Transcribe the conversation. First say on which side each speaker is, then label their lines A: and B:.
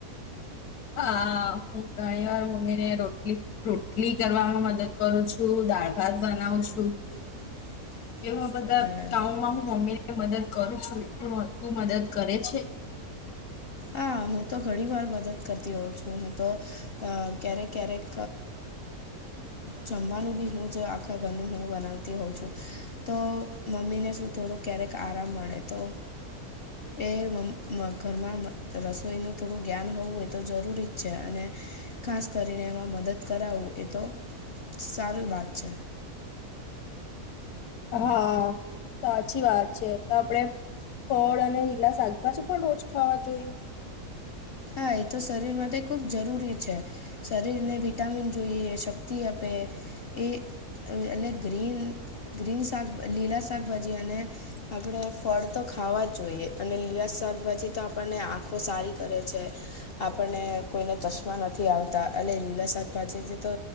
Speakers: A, on the left; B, on the left.
A: હા હું ઘણી વાર મમ્મી ને રોટલી રોટલી કરવામાં મદદ કરું છું દાળ ભાત બનાવું છું.
B: <inaudible>
A: એ બધા
B: બરાબર
A: કામ માં હું મમ્મી ને મદદ કરું છું તું મદદ કરે છે?
B: હા હું તો ઘણી વાર મદદ કરતી હોઉ છું હું તો ક્યારેક ક્યારેક જમવાનું બી હું જ આખા ઘરનું હું બનાવતી હોઉં છું. તો મમ્મીને શું થોડુંક ક્યારેક આરામ મળે તો એ મમ મ ઘરમાં રસોઈનું થોડું જ્ઞાન હોવું એ તો જરૂરી જ છે અને ખાસ કરીને એમાં મદદ કરાવું એ તો સારી વાત છે.
A: હા સાચી વાત છે તો આપડે ફળ અને લીલા શાકભાજી પણ રોજ ખાવા જોઈએ.
B: હા એ તો શરીર માટે ખુબ જરૂરી છે. શરીરને વિટામિન જોઈએ શક્તિ આપે એ એ અને ગ્રીન ગ્રીન શાક લીલા શાકભાજી અને આપણે ફળ તો ખાવા જ જોઈએ. અને લીલા શાકભાજી તો આપણને આંખો સારી કરે છે, આપણને કોઈને ચશ્મા નથી આવતા એટલે લીલા શાકભાજી જે તો